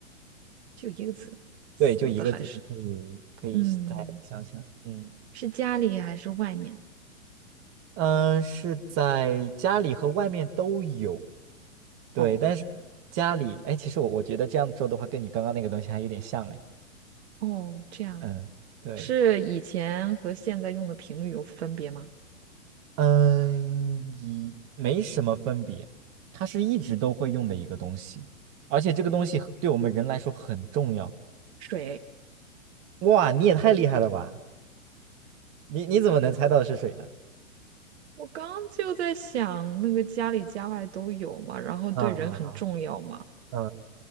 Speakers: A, on the right (about 50°); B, on the right (about 30°).
A: 就一个字，死的还是
B: 对，就一个字，你可以可以再想想，
A: 嗯，
B: 嗯
A: 是家里还是外面？
B: 嗯，呃是在家里和外面都有，对，
A: 哦
B: 但是家里，哎，其实我我觉得这样说的话，跟你刚刚那个东西还有点像，哎，
A: 哦，这样
B: 嗯，对，
A: 是以前和现在用的频率有分别吗？
B: 嗯，一没什么分别，它是一直都会用的一个东西，而且这个东西对我们人来说很重要。
A: 水，
B: 哇，你也太厉害了吧！你你怎么能猜到是水的？
A: 我刚就在想那个家里家外都有嘛，然后对人很重要嘛，
B: 啊啊啊